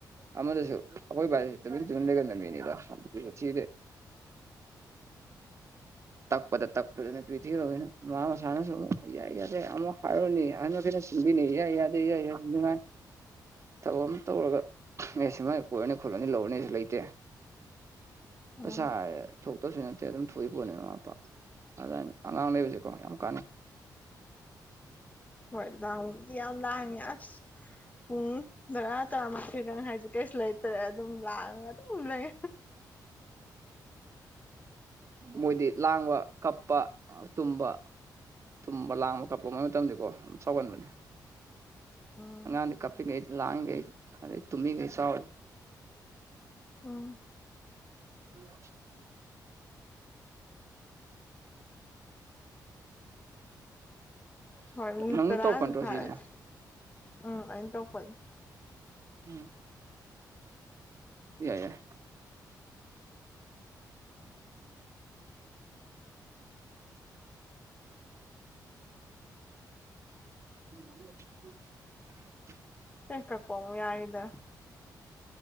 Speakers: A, on the right; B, on the left.
A: ꯑꯃꯗꯁꯨ ꯑꯩꯈꯣꯏ ꯕꯥ ꯇꯨꯃꯤꯟ ꯇꯨꯃꯤꯟ ꯂꯩꯒꯂꯝꯃꯤꯅꯦꯗ ꯊꯤꯔꯦ
B: <unintelligible>
A: ꯇꯛꯄꯗ ꯇꯛꯄꯗꯅꯦ ꯄꯔꯤꯊꯤ ꯔꯣꯅꯣ ꯃꯥꯃ ꯃꯁꯥꯅ ꯁꯏ ꯌꯥ ꯑꯃꯨꯛ ꯍꯔꯅꯤ ꯍꯥꯏꯩꯅ ꯅꯦ ꯌꯥꯏ ꯑꯗꯨ ꯌꯥ ꯑꯗꯨꯉꯥꯏ ꯊꯕꯛ ꯑꯃ ꯇꯧꯔꯒ ꯑꯦ ꯁꯤꯃꯥꯏ ꯀꯣꯏꯔꯅꯤ ꯈꯣꯠꯂꯅꯤ ꯂꯧꯔꯅꯦꯁꯨ ꯂꯩꯇꯦ
B: ꯎꯝ
A: ꯄꯩꯁꯥ ꯊꯣꯛꯇꯕꯁꯨ ꯅꯠꯇꯦ ꯑꯗꯨꯝ ꯊꯣꯛꯏ ꯄꯣꯠꯅꯤ ꯃꯃꯥ ꯃꯄꯥ ꯑꯗꯨꯃꯥꯏꯅ ꯑꯉꯥꯡ ꯂꯩꯕꯕꯁꯤꯦꯀꯣ ꯌꯥꯝ ꯀꯥꯟꯅꯩ
B: ꯍꯣꯏ ꯂꯗꯤ ꯌꯥꯝ ꯂꯉ ꯑꯁ ꯄꯨꯡ ꯇꯔꯥ ꯇꯔꯥꯃꯊꯣꯏꯒ ꯍꯥꯏꯁ ꯀꯩꯁꯨ ꯂꯩꯇ꯭ꯔꯦ ꯑꯗꯨꯝ ꯂꯥꯛꯑꯒ ꯑꯗꯨꯝ ꯂꯩ
A: ꯎ ꯃꯣꯏꯗꯤ ꯂꯥꯡꯕ ꯀꯞꯄ ꯇꯨꯝꯕ ꯊꯨꯝꯕ ꯂꯥꯡꯕ ꯀꯥꯞꯂꯣꯉꯩ ꯃꯇꯝꯗꯀꯣ ꯑꯗꯨ ꯁꯥꯎꯒꯟꯕꯅꯦ
B: ꯎꯝ
A: ꯍꯉꯥꯡ ꯀꯞꯤꯡꯩ ꯂꯍꯥꯡꯩ ꯑꯗ ꯇꯨꯃꯤ ꯀꯩꯁ
B: ꯎꯝ
A: ꯎꯝ
B: ꯍꯣꯏ
A: ꯅꯪ
B: ꯇ꯭ꯔꯥꯁ
A: ꯇꯧꯔꯛꯄ ꯅꯠꯇ꯭ꯔꯣ
B: ꯐꯔꯠ
A: ꯁꯤꯁꯦ
B: ꯎꯝ ꯑꯩꯅ ꯇ ꯀꯅꯤ
A: ꯎꯝ ꯏꯏꯏ <unintelligible>
B: ꯀꯦ ꯀꯄꯝ ꯌꯥꯏꯗ